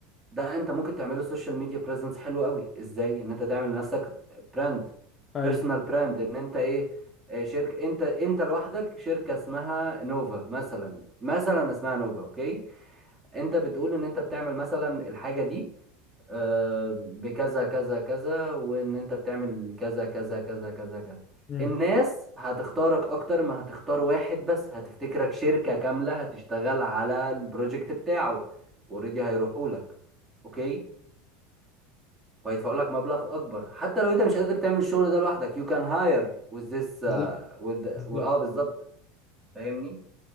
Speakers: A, on the right; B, on the left.
A: ده انت ممكن تعمله سوشيال ميديا بريزنس حلو قوي ازاي ان انت تعمل لنفسك براند
B: ايوه
A: بيرسونال براند ان انت ايه اه، شركة انت انت لوحدك شركة اسمها نوفا مثلا مثلا اسمها نوفا اوكي انت بتقول ان انت بتعمل مثلا الحاجة دي اه، بكذا كذا كذا وان انت بتعمل كذا كذا كذا كذا كذا
B: امم
A: الناس هتختارك اكتر ما هتختار واحد بس هتفتكرك شركة كاملة هتشتغل على البروجكت بتاعه اوريدي هيروحوا لك اوكي وهيدفعوا لك مبلغ اكبر حتى لو انت مش قادر تعمل الشغل ده لوحدك you can hire with this uh,
B: بالظبط
A: with اه
B: بالظبط
A: آه، بالظبط فاهمني